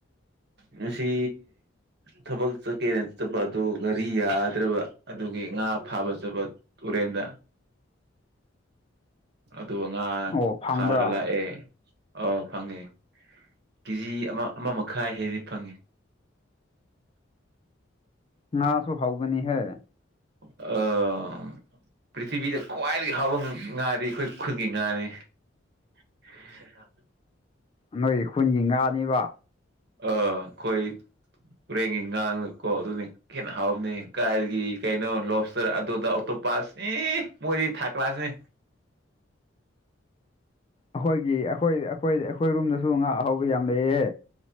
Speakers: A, on the right; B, on the left.
A: ꯉꯁꯤ ꯊꯕꯛ ꯆꯠꯀꯦꯅ ꯆꯠꯄ ꯑꯗꯨ ꯒꯥꯔꯤ ꯌꯥꯗ꯭ꯔꯕ ꯑꯗꯨꯒꯤ ꯉꯥ ꯐꯥꯕ ꯆꯠꯄ ꯇꯨꯔꯦꯟꯗ ꯑꯗꯨ ꯉꯥ
B: ꯑꯣ ꯐꯪꯕ꯭ꯔꯥ
A: ꯐꯥꯔꯒ ꯂꯥꯛꯑꯦ ꯑ ꯐꯪꯉꯦ ꯀꯦꯖꯤ ꯑꯃ ꯑꯃ ꯃꯈꯥꯏ ꯍꯦꯗꯤ ꯐꯪꯉꯦ
B: ꯉꯥꯁꯨ ꯍꯥꯎꯕꯅꯤꯍꯦ
A: ꯑꯥ ꯄ꯭ꯔꯤꯊꯤꯕꯤꯗ ꯈ꯭ꯋꯥꯏꯗꯒꯤ ꯍꯥꯎꯕ ꯉ ꯉꯥꯗꯤ ꯑꯩꯈꯣꯏ ꯈꯨꯟꯒꯤ ꯉꯥꯅꯤ <unintelligible>
B: ꯅꯣꯏ ꯈꯨꯟꯒꯤ ꯉꯥꯅꯤꯕ
A: ꯑꯥ ꯑꯩꯈꯣꯏ ꯇꯨꯔꯦꯟꯒꯤ ꯉꯥꯀꯣ ꯑꯗꯨꯅꯤ ꯍꯦꯟꯅ ꯍꯥꯎꯕꯅꯦ ꯀꯥꯏꯗꯒꯤ ꯀꯩꯅꯣ ꯂꯣꯄꯁꯇꯔ ꯑꯗꯨꯗꯥ ꯑꯣꯛꯇꯣꯄꯥꯁ ꯑꯦ ꯃꯣꯏꯗꯤ ꯊꯥꯔꯠ ꯀ꯭ꯂꯥꯁꯅꯦ
B: ꯑꯩꯈꯣꯏꯒꯤ ꯑꯩꯈꯣꯏ ꯑꯩꯈꯣꯏ ꯑꯩꯈꯣꯏ ꯔꯣꯝꯗꯁꯨ ꯉꯥ ꯑꯍꯥꯎꯕ ꯌꯥꯝ ꯂꯩꯌꯦ